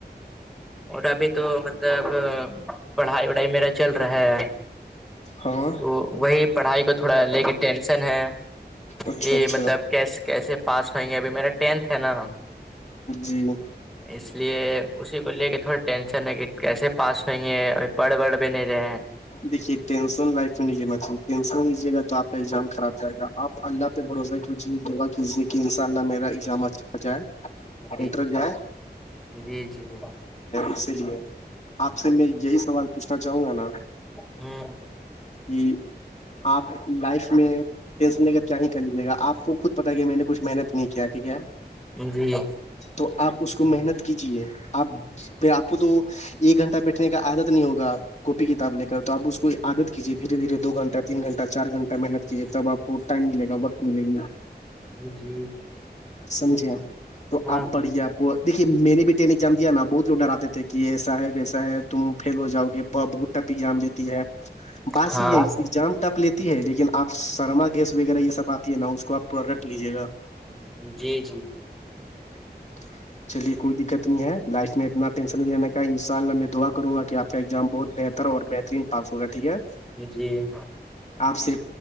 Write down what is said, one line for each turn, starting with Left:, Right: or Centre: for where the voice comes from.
Centre: اور ابھی تو مطلب پڑھائی وڑھائی میرا چل رہا ہے
Left: ہاں
Centre: تو وہی پڑھائی کو تھوڑا لے کے ٹینشن ہے
Left: اچھا
Centre: کہ
Left: اچھا
Centre: مطلب کیس کیسے پاس ہوائیں گے ابھی میرا ٹینتھ ہے نا
Left: جی
Centre: اس لیے اسی کو لے کے تھوڑا ٹینشن ہے کہ کیسے پاس ہوئ گے اھی پڑھ بڑ بھی نہیں رہے
Left: دیکھیے ٹینسن لائف میں نہیں ج ٹینشن لیجیے گا تو آپ کا ایگزام خراب جائے گا آپ اللہ بھروسہ کیجے دعا کیجیے کہ ان شاء اللہ میرا ایجامت چائے
Centre: جی
Left: متر جائے
Centre: جی جی
Left: اسی لی ہے آپ سے میں یہی سوال پوچھنا چاہوں گا نا
Centre: ہوں
Left: کہ آپ لائف میں سے کیا ہی چلیجیے گا آپ کو خود پتا ہے کہ میں نے کچھ محنت نہیں کیا ٹھیک ہے
Centre: جی
Left: تو آپ اس کو محنت کیجیے آپ پھر آپ کو تو ایک گھنٹہ بیٹھنے کا عادت نہیں ہوگا کاپی کی کتاب لے کر تو آپ کو عادت کیجیے دھیرے دھیے دو گھنٹ تین گھٹہ چار گھٹہ محنت کییے تبپ ٹائم ملے گا بٹ ملے گی
Centre: جی
Left: سمجھے تو
Centre: ہاں
Left: آپ پڑیا کو دیکھیے میں نے بھی ٹینک جام دیا نا بہت لوگ ڈراتے تھے کہ ایسا ہے ویسا ہے تم فیل ہو جاؤ گے بہت ٹپی جام دیتی ہے بات
Centre: ہاں
Left: صحی ہےزام ٹپ لیتی ہے لیکن آپ سرما گیس وغیرہ یہ سب آتی ہے نا اس کو آپ پورا رکھ لیجیے گا
Centre: جی
Left: تو چلیے کوئی دقت نہیں ہے لائف میں اتنا ٹینشن نہیں رہنے کا ان شاء اللہ میں دعا کروں گا کہ آ کا اگزام بہت بہت اور بہترین پاس ہوگا ٹھیک ہے
Centre: جی
Left: آپ سے